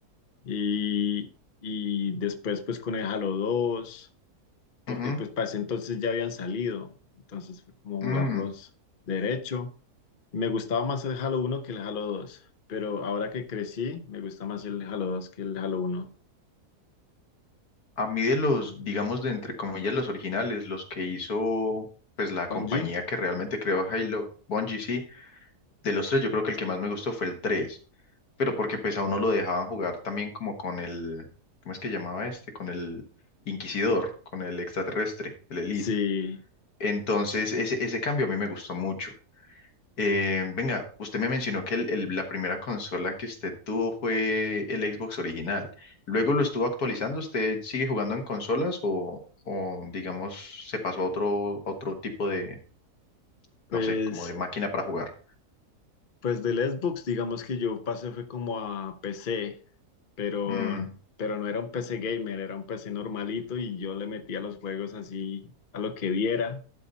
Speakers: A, on the left (about 45°); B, on the left (about 70°).
A: Y, y después pues con el Halo dos porque
B: Ujú,
A: pues para ese entonces ya habían salido, entonces fue como jugarlos
B: mm.
A: derecho. Me gustaba más el Halo uno que el Halo dos pero ahora que crecí, me gusta más el Halo dos que el Halo uno
B: A mí de los, digamos, de entre comillas, los originales, los que hizo, pues la
A: Bungie,
B: compañía que realmente creó Halo, Bungie, sí, de los tres yo creo que el que más me gustó fue el 3, pero porque pues a uno lo dejaban jugar también como con el, ¿cómo es que llamaba este? Con el Inquisidor, con el extraterrestre, el Elite.
A: sí,
B: Entonces ese, ese cambio a mí me gustó mucho. Eh, venga, usted me mencionó que el- el- la primera consola que usted tuvo fue el Xbox original. Luego lo estuvo actualizando. ¿Usted sigue jugando en consolas o, o, digamos, se pasó a otro, a otro tipo de,
A: pues,
B: no sé, como de máquina para jugar?
A: pues del Xbox, digamos que yo pasé fue como a PC, pero,
B: Mm,
A: pero no era un PC gamer, era un PC normalito y yo le metía los juegos así a lo que diera.